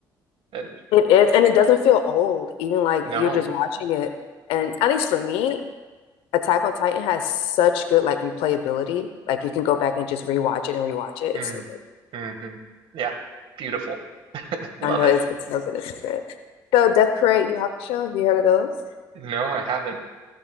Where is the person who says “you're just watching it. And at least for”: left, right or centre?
Left